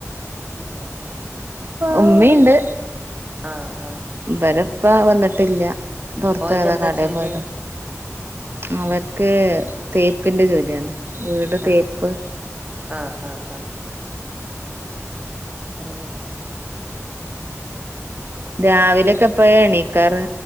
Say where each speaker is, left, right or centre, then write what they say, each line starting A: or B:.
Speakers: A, on the right; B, on the right.
A: ആഹ്
B: ഉമ്മിണ്ട്
A: ആഹ് ആഹ്
B: ഇവരപ്പാ വന്നിട്ടില്ല പുറത്ത്
A: ഓൽക്ക്
B: പോയതാ
A: എന്താ
B: കടയിൽ
A: ജോലി
B: പോയതാ അവർക്ക് തേപ്പിന്റെ ജോലിയാണ് വീട്
A: ആഹ്
B: തേപ്പ്
A: ആഹ് ആഹ് ആഹ് ഓ
B: രാവിലെക്കെപ്പഴ എണീക്കാറ്